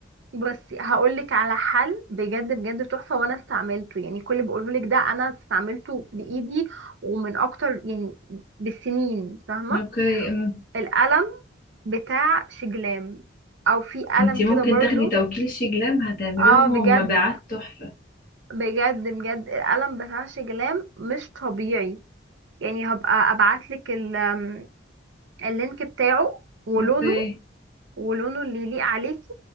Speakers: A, on the right (about 70°); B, on the left (about 45°).
A: بصي هقولك على حل بجد بجد تحفة وانا استعملته يعني كل اللي بقولهولك ده انا استعملته بايدي ومن اكتر يعني بالسنين فاهمة
B: اوكي أم.
A: القلم بتاع شجلام او في قلم
B: انتي
A: كده
B: ممكن
A: برضو
B: تاخدي توكيل شجلام هتعملي
A: اه
B: لهم
A: بجد
B: مبيعات تحفه
A: بجد بجد القلم بتاع شجلام مش طبيعي يعني هبقى ابعتلك ال- آم، اللينك بتاعه ولونه
B: اوكي
A: ولونه اللي يليق عليكي